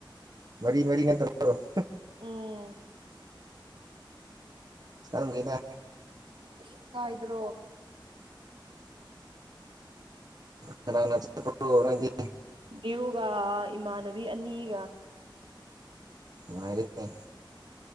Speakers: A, on the right (about 50°); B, on the right (about 85°).
A: ꯃꯔꯤ ꯃꯔꯤ ꯅꯠꯇꯔꯣ <unintelligible>
B: ꯎꯝ
A: ꯁꯥꯔꯝꯒꯦꯗ
B: ꯁꯤ ꯀꯥꯏꯣ
A: ꯀꯅꯥ ꯀꯅꯥ ꯆꯠꯄ꯭ꯔꯣ ꯅꯪꯗꯤ
B: ꯗꯤꯌꯨ ꯒ ꯏꯃꯥꯟꯅꯕꯤ ꯑꯅꯤꯒ
A: ꯉꯅꯨꯡꯉꯥꯏꯔꯦ